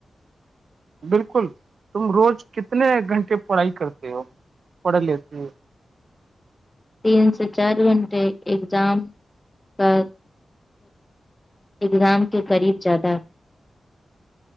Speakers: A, on the right; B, on the left.
A: بالکل تم روز کتنے گھنٹے پڑھائی کرتے ہو پڑھ لیتے ہو
B: تین سے چار گھنٹے اگزام کا ایک زام کے قریب زیادہ